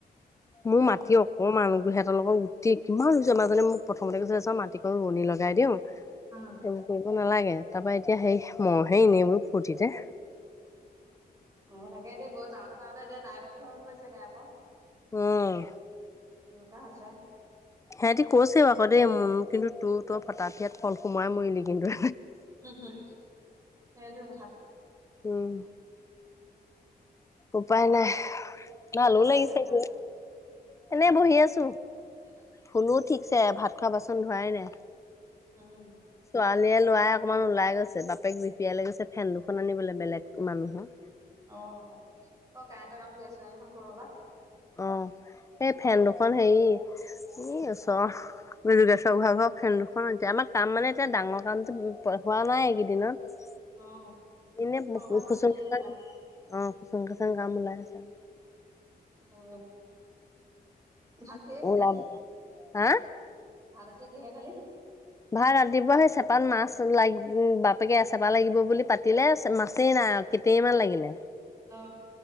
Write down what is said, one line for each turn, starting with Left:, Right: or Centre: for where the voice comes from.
Right: অ',
Left: মোৰ মাতিয়ক অ মানুহবোৰহেতৰ লগত গুটি কিমান ৰুইছ মাজনীয়ে মোক প্ৰথমতে কৈছে চাওঁ মাটিকন ৰুৱনি লগাই দিওঁ
Right: উম।
Left: সেইবোৰ কৰিব নালাগে, তাৰপৰা এতিয়া সেই মইহে এনেইবোৰ ফূৰ্তিতে।
Right: অ তাকে এতিয়া গৈ যাওঁতে যাওঁতে এতিয়া দায়বদ্ধ হৈ গৈছেগে আক।
Left: উম।
Right: তেনকা হৈছে।
Left: হেতি কৈছে আক দেই মোক কিন্তু তোৰ তই ফটাফিয়াত ফল সোমোৱাই মৰিলি কিন্তু।
Right: <unintelligible> সেইটোৱে কথাটো।
Left: উম। উপায় নাই ভালো
Right: এতিয়া তই কি
Left: লাগিছে
Right: কৰি আছা?
Left: গৈ, এনেই বহি আছো।
Right: <inaudible>
Left: শুলো ঠিকছে ভাত খোৱা বাচন ধোৱাই নাই।
Right: উম।
Left: ছোৱালীয়ে লৰাই অকমান ওলাই গৈছে, বাপেক বিপিয়াই লৈ গৈছে ফেন দুখন আনিবলে বেলেগ মানুহৰ।
Right: অ অ অ কাৰেণ্টৰ কাম কৰি আছিলে নহয় কৰ'বাত?
Left: অ। এই ফেন দুখন হেৰি ই ওচৰ যোগেশৰ ঘৰ আগৰ ফেন দুখন আনিছে, আমাৰ কাম মানে এতিয়া ডাঙৰ কামটো হোৱা নাই এইকেইদিনত।
Right: অ',
Left: এনে
Right: সৰু সুৰা কাম
Left: খুচং
Right: চলি
Left: খচাং
Right: আছে আৰু
Left: খুচং খচাং কাম ওলাই আছে।
Right: অ ভাত কিহে খালী
Left: ওলাব
Right: আজি?
Left: হা
Right: ভাত আজি কিহে খালি?
Left: ভাত ৰাতিপুৱা সেই চেপাত মাছ লাগি বাপেকে চেপা লাগিব বুলি পাতিলে, মাছেই নাই। কেতেই মান লাগিলে।
Right: অ।